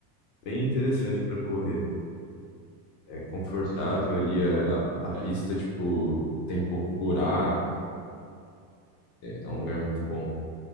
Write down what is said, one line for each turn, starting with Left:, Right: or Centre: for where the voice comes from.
Left: bem interessante pra correr. É confortável
Right: Sim,
Left: ali a, a, a pista,
Right: é.
Left: tipo, tem pouco buraco. É um lugar
Right: é.
Left: muito bom.